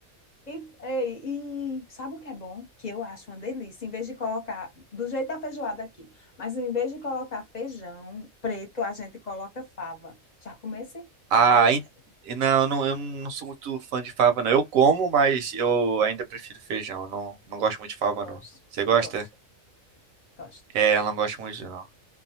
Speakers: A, on the left (about 35°); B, on the right (about 80°).
A: e, ei, e sabe o que é bom? Que eu acho uma delícia. Em vez de colocar. Do jeito da feijoada aqui. Mas em vez de colocar feijão preto, a gente coloca fava. Já comecei?
B: Ah,
A: Uma delícia.
B: em- não, eu não, eu não sou muito fã de fava, não. Eu como, mas eu ainda prefiro feijão. Eu Não, não gosto muito de fava,
A: Eu gosto.
B: não. Você gosta?
A: Eu gosto. Gosto.
B: É, eu não gosto muito, não.